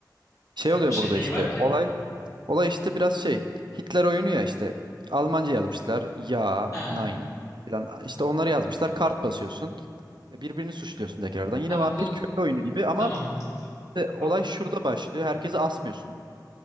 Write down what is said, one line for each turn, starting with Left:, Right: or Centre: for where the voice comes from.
Right: Şey
Left: Bak
Right: oluyor
Left: bir şey
Right: burada
Left: neyi
Right: işte.
Left: var ki?
Right: Olay olay işte biraz şey. Hitler oyunu ya işte. Almanca yazmışlar. Ya,
Left: Ha,
Right: nein falan. İşte onları yazmışlar. Kart basıyorsun. e, Birbirini suçluyorsun tekrardan. Yine
Left: abi
Right: vampir
Left: bu
Right: köylü oyunu gibi ama
Left: tamam.
Right: İşte olay
Left: Ab-
Right: şurada başlıyor. Herkese asmıyorsun.